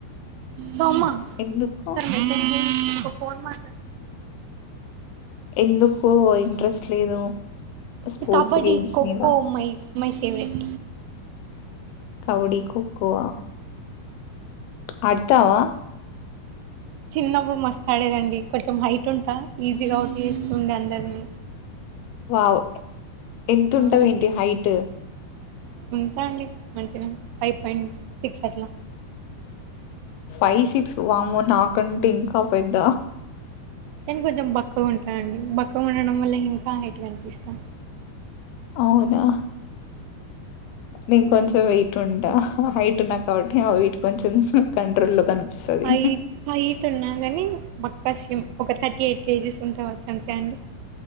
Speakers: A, on the right; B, on the left.
A: దొమ్మా
B: ఎందుకు
A: ఒకసారి మెసజ్ చెయ్ ఒక ఫోన్ మాట్లాడతాన
B: ఎందుకు ఇంట్రెస్ట్ లేదు స్పోర్ట్స్
A: కబడ్డీ
B: గేమ్స్
A: ఖోఖో
B: మిద
A: మై మై ఫేవరెట్
B: కౌడి, ఖోఖో ఆడ్తావా?
A: చిన్నప్పుడు మస్తాడేదండి కొంచం హైట్ ఉంటా ఈజీగా ఔట్ చేస్తుండే అందర్నీ
B: వావ్ ఎంతుంటవ్
A: అవునండి
B: ఏంటి హైట్
A: ఉంటా అండి మంచిగనే ఫైవ్ పాయింట్ సిక్స్ అట్లా
B: ఫైవ్ సిక్స్ వామో నాకంటే ఇంకా పెద్ద
A: నేన్ కొంచెం బక్కగుంటానండి బక్కగుండడం వల్ల ఇంకా హైట్ కనిపిస్తా
B: అవునా నేన్ కొంచెం వెయిట్ ఉంటా హైట్ ఉన్న కాబట్టి ఆ వెయిట్ కొంచెం కంట్రోల్‌లో కనిపిస్తది.
A: హై హైట్ ఉన్నా గాని బ క స్లిమ్ థర్టీ ఎయిట్ కేజీస్ ఉంటావచ్చు అంతే అండి